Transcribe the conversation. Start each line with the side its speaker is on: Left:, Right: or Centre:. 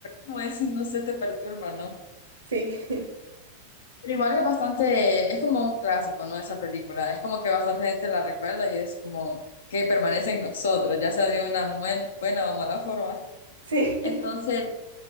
Left: como eso y no se te perturba, ¿no?
Right: sí, <laughs>
Left: Pero igual es bastante, es como un clásico, ¿no? Esa película. Es como que bastante gente la recuerda y es como que permanece en nosotros, ya sea de una buen- buena o mala forma.
Right: sí,
Left: Entonces,